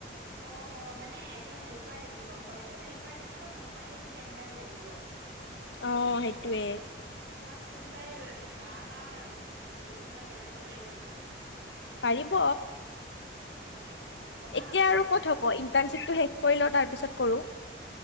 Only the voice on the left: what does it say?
অ' সেইটোৱে।
পাৰিব।
এতিয়া
আৰু ক'ত হ'ব ইণ্টাৰ্ণশিপটো শেষ কৰি লও তাৰপিছত কৰোঁ।